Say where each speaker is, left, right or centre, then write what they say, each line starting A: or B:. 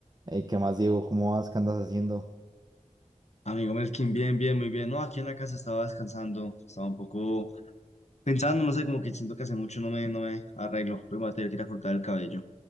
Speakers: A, on the right (about 30°); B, on the left (about 55°).
A: Ey, ¿qué más, Diego? ¿Cómo vas? ¿Qué andas haciendo?
B: Amigo Melkin, bien, bien, muy bien. No, aquí en la casa estaba descansando, estaba un poco pensando, no sé, como que siento que hace mucho no me, no me arreglo. Luego me voy a tener que ir a cortar el cabello.